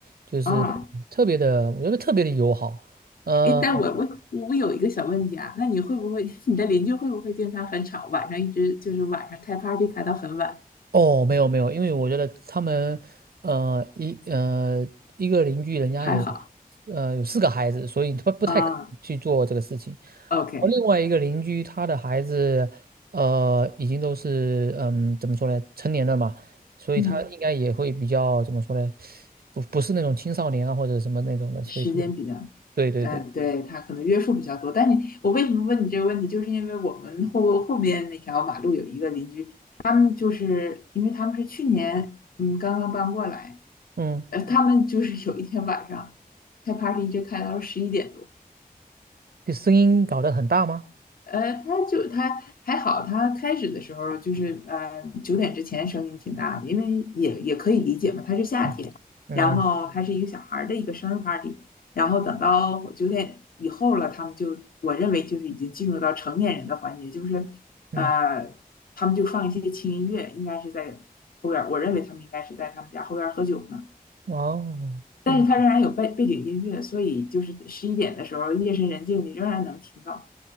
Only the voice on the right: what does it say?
就是特别的，
我觉得特别的友好，呃。
哦，没有没有，因为我觉得他们，呃，一呃一个邻居人家有，
呃有四个孩子，所以他不太可能去做这个事情。
而另外一个邻居他的孩子，呃，已经都是嗯怎么说呢，成年了嘛，所以他应该也会比较怎么说呢，
不不是那种青少年啊或者什么那种的，所以这个
对对对，
嗯，
这声音搞得很大吗？
嗯嗯
嗯，
哦。
嗯。